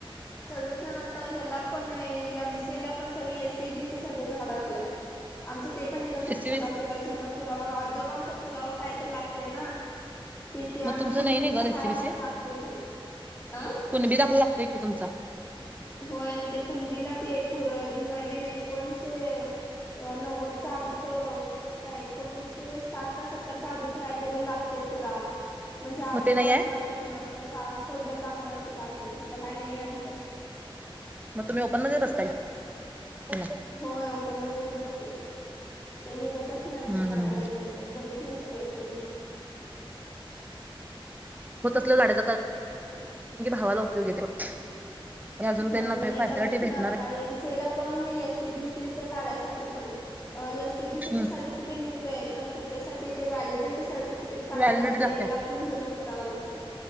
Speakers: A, on the left; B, on the right.
A: सगळेजण आता ह्याला पण नाही. एमसीएलापण सगळी एसीबिसी सगळीच अडकल्यात आमचं ते पण निघत नाही
B: एसीबीसी
A: सोडा त्याला जुन पुराव आजोबांचा पुराव काय तर लागते ना, तिथे आम्ही
B: मग तुमचं
A: कुणबीच
B: नाही नाही ग
A: हाय
B: एसीबीसी
A: असं लागतय की. अं
B: कुणबी दाखला लागतोय क तुमचा
A: होय, मग ते कुणबीला ते पुर नवीन एक <inaudible> अ नव्वदच्या आधीच, काय एकोणीसशे साठ सत्तरच्या आधीच काहीतरी लागतंय पुरावा. म्हणजे आजोबांचा
B: मग ते नाही आहे
A: नायतर कुणाचा शाळ सोडलेला दाखला नाहीतर का असलं तसलं काय नाहीये आमच्यात.
B: मग तुम्ही ओपन मध्ये बसताय. हम्म
A: होय ओपन मध्येच बसते त्ये निघतच नाही आमच
B: हम्म
A: काढायला
B: हम्म.
A: गेलं तर. बघितलंय सगळं करून.
B: होत असले लाडाचा भावाला उपयोग येते. अजून
A: होय
B: त्यांना
A: नाही
B: फॅसिलिटी
A: बघितलं
B: भेटणार
A: आता. एमसेला पण एस सीबीसीच काढयसाठी पण एस सीबीसी
B: आहे.
A: चं सर्टिफिकेट निघतय. पण त्याच्यासाठी ते व्हॅलिडिटी सर काढायला
B: व्हॅलिडिटी
A: तेला
B: लागत्या
A: पण ते जुना पुरावा लागतय.